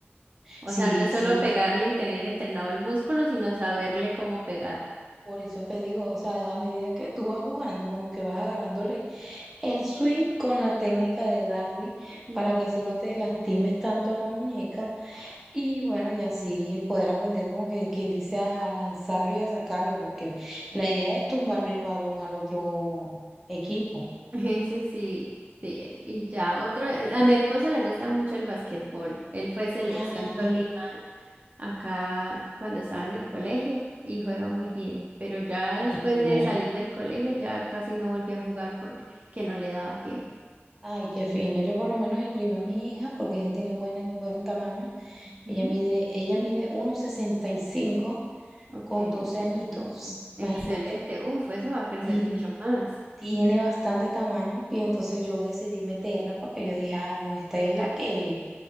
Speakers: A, on the right; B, in the centre.
A: O
B: Sí,
A: sea, no es solo
B: sí,
A: pegarle y tener entrenado el músculo, sino saberle cómo pegar.
B: por eso te digo, o sea, a medida que tú vas jugando, como que vas agarrándole el swing con la técnica de darle
A: Ujú.
B: para que así no te lastimes tanto la muñeca Y bueno, y así poder aprender como que quien dice a lanzarlo y a sacarlo, porque la idea es tumbarle el balón al otro equipo.
A: <laughs> Eso sí, sí. Y ya otro,
B: Algo-
A: a mi esposo le gusta mucho el básquetbol. Él fue selección
B: Ah,
A: Tolima acá cuando estaba en el colegio y juega muy bien, pero ya después
B: mira.
A: de salir del colegio ya casi no volví a jugar porque no le daba tiempo.
B: Ay, qué fino. Yo por lo menos inscribí a mi hija porque ella tiene buena, buen tamaño. Ella
A: Mm,
B: mide, ella mide uno sesenta y cinco
A: Ok,
B: con 12
A: súper
B: añitos,
A: bien. Excelente,
B: imagínate.
A: uf, eso va a crecer
B: Y
A: mucho más.
B: tiene bastante tamaño y entonces yo decidí meterla porque yo dije, ah, no, esta es la que...